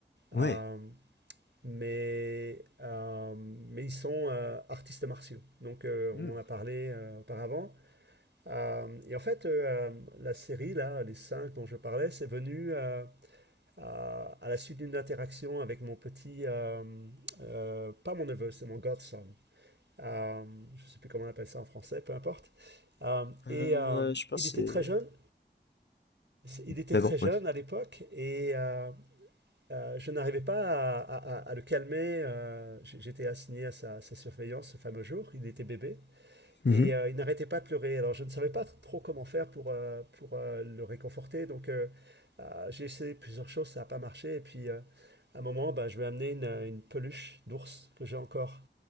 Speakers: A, on the left; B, on the right.
A: ouais.
B: euh, mais, euh, mais ils sont euh, artistes martiaux. Donc euh,
A: Hmm.
B: on en a parlé euh, auparavant. Euh, et en fait, euh, euh, la série, là, les cinq dont je parlais, c'est venu euh, à, à la suite d'une interaction avec mon petit, euh, euh, pas mon neveu, c'est mon godson. Euh, je ne sais plus comment on appelle ça en français, peu importe. Euh,
A: Euh,
B: et euh,
A: je pense
B: il était
A: que c'est.
B: très jeune, Il était
A: Mais
B: très
A: bon,
B: jeune
A: ouais.
B: à l'époque et euh, euh, je n'arrivais pas à, à- à- à le calmer. euh, j- J'étais assigné à sa, sa surveillance ce fameux jour. Il était bébé
A: Mhm.
B: et euh, il n'arrêtait pas de pleurer. Alors je ne savais pas trop comment faire pour, euh, pour euh, le réconforter. Donc euh, euh, j'ai essayé plusieurs choses, ça n'a pas marché. Et puis euh, à un moment, ben, je lui ai amené une, une peluche d'ours que j'ai encore.